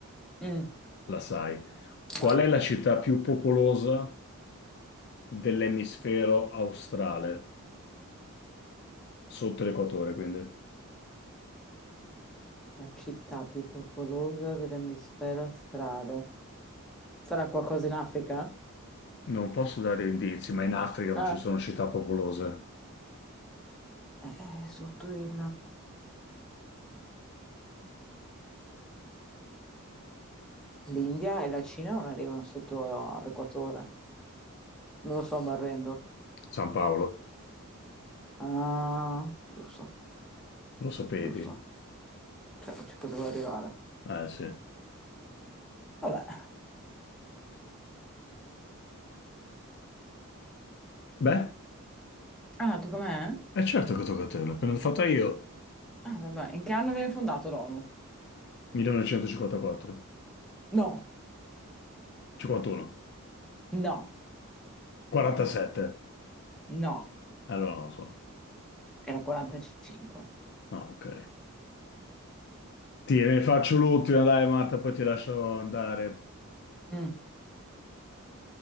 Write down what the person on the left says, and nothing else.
la sai. Qual
è la città più popolosa? dell'emisfero australe, sotto l'equatore, quindi
non posso dare indizi, ma in Africa non
ci sono città popolose.
San Paolo,
lo sapevi?
Eh sì.
Beh,
è certo che tocca a te, l'ho appena fatta io.
1954,
51,
47.
Allora non lo so.
Ah, ok. Ti ne faccio l'ultima, dai Marta, poi ti lascio andare.